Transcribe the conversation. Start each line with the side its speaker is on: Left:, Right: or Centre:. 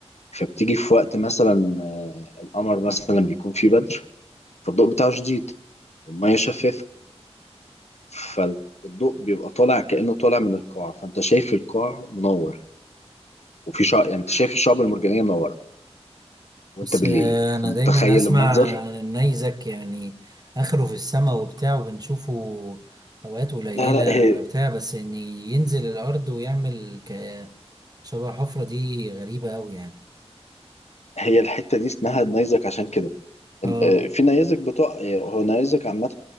Left: فبتيجي في وقت مثلا آه، القمر مثلا بيكون فيه بدر فالضوء بتاعه شديد والمية شفافة فالضوء بيبقى طالع كأنه طالع من القاع فأنت شايف القاع منور وفي شع... يعني أنت شايف الشعب المرجانية منورة وأنت
Right: بس
Left: بالليل
Right: انا
Left: فمتخيل
Right: دايما اسمع
Left: المنظر
Right: عن النيزك يعني اخره في السماء وبتاع وبنشوفه اوقات قليله
Left: لا لا هي
Right: ولا بتاع بس ان ينزل الارض ويعمل ك شبه حفره دي غريبه قوي يعني
Left: هي الحتة دي اسمها النيزك عشان كده
Right: اه
Left: ال- آه، في نيزك بتوع هو نيزك عامة